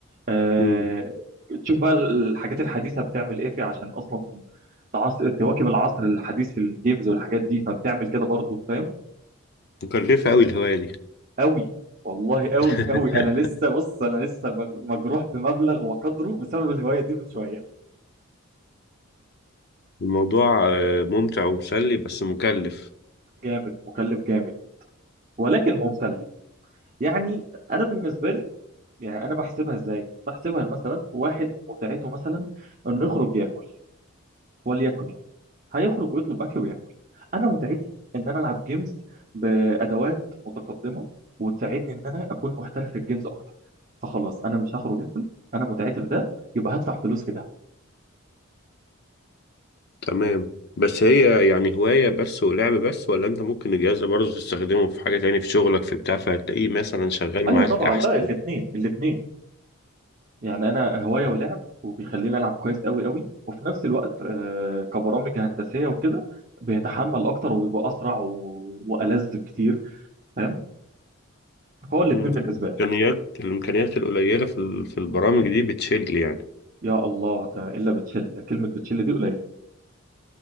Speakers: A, on the right; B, on the left.
A: أه...
B: مم.
A: تشوف بقى الحاجات الحديثه بتعمل ايه فيه عشان اصلا تعص... تواكب العصر الحديث في الجيمز والحاجات دي فبتعمل كده برضه فاهم
B: مكلفة أوي الهواية دي
A: قوي والله قوي
B: <laughs>
A: قوي انا لسه بص انا لسه مج- مجروح بمبلغ وقدره بسبب الهوايه دي من شويه
B: الموضوع آه، ممتع ومسلي بس مكلف
A: جامد مكلف جامد ولكن ممسلي يعني انا بالنسبه لي يعني انا بحسبها ازاي بحسبها مثلا واحد متعته مثلا انه يخرج ياكل وليكن يعني هيخرج ويطلب اكل وياكل انا متعتي ان انا العب جيمز بادوات متقدمه وتساعدني ان انا اكون محترف في الجيمز اكتر فخلاص انا مش هخرج اكل انا متعتي في ده يبقى هدفع فلوس في ده
B: تمام بس هي يعني هواية بس ولعب بس ولا انت ممكن الجهاز ده برضه تستخدمه في حاجة تاني في شغلك في بتاع فهتلاقيه مثلا شغال
A: ايوه
B: معاك
A: طبعا
B: احسن
A: لا الاثنين الاثنين يعني انا هوايه ولعب وبيخليني العب كويس قوي قوي وفي نفس الوقت آه، كبرامج هندسيه وكده بيتحمل اكتر وبيبقى اسرع و... والذ بكتير فاهم فهو الاثنين
B: مم. الامكانيات
A: بالنسبه لي
B: الامكانيات القليلة في ال- في البرامج دي بتشيل يعني
A: يا الله ده الا بتشيل ده كلمه بتشيل دي قليله